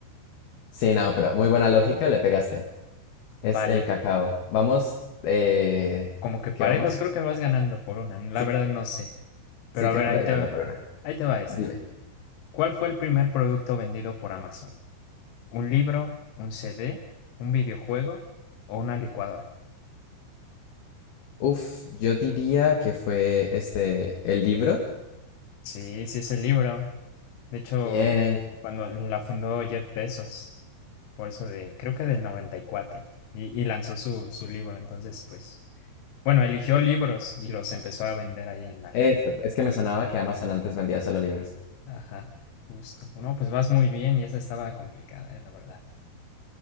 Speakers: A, on the left (about 60°); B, on the left (about 75°).
A: Sí, no, pero muy buena lógica, le pegaste. Es
B: Vale.
A: el cacao. Vamos, eh,
B: Como que
A: ¿qué
B: parejos,
A: vamos?
B: creo que vas ganando por una. La
A: Sí,
B: verdad no sé. Pero
A: sí,
B: a
A: creo
B: ver,
A: que
B: ahí
A: te va
B: te
A: ganando
B: va.
A: por una.
B: Ahí te va esta.
A: Dime.
B: ¿Cuál fue el primer producto vendido por Amazon? ¿Un libro, un CD, un videojuego o una licuadora?
A: Uf, yo diría que fue este, el libro.
B: Sí, sí es el libro. De hecho,
A: Bien,
B: cuando la fundó Jeff Bezos, por eso de, creo que del 94, y, cuatro, y y lanzó su, su libro. Entonces, pues, bueno, eligió libros y los empezó a vender ahí en la...
A: eso. Es que me sonaba que Amazon antes vendía solo libros.
B: Ajá, justo. No, pues vas muy bien y esa estaba complicada, eh, la verdad.